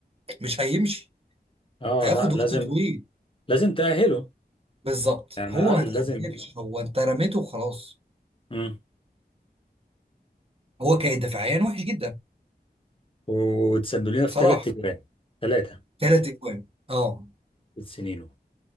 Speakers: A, on the right (about 35°); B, on the left (about 30°).
A: مش هيمشي
B: اه
A: هياخد
B: لا لازم
A: وقت طويل
B: لازم تاهله
A: بالظبط
B: يعني
A: هو
B: على
A: ما
B: الاقل
A: تاهلش
B: لازم
A: هو انت رميته وخلاص
B: مم.
A: هو كان دفاعيا وحش جدا
B: وتسبب لنا في
A: بصراحه
B: ثلاث تجوان ثلاثه
A: ثلاث اجوان اه
B: سنينه